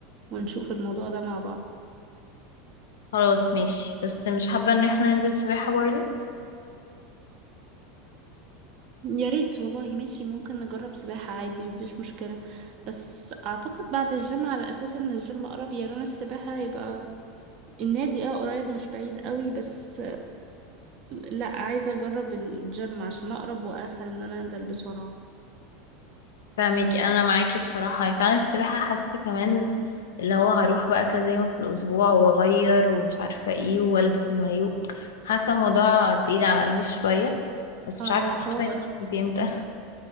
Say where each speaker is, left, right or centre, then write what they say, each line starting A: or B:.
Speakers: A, on the right; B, on the left.
A: ونشوف الموضوع ده مع بعض
B: خلاص ماشي بس مش حابه ان احنا ننزل سباحه برضو
A: يا ريت والله ماشي ممكن نجرب سباحة عادي مفيش مشكلة بس أعتقد بعد الجيم على أساس إن الجيم قرب يعني أنا السباحة يبقى النادي اه قريب مش بعيد قوي بس لا عايزة أجرب الجيم عشان أقرب وأسهل إن أنا أنزل بسرعة
B: فاهمك انا معاكي بصراحه يعني فعلا السباحه حاسه كمان اللي هو هروح بقى كذا يوم في الاسبوع واغير ومش عارفه ايه والبس المايو حاسه الموضوع تقيل على قلبي شويه بس
A: اه
B: مش عارفه
A: وحوار
B: هعمل الخطوه دي امتى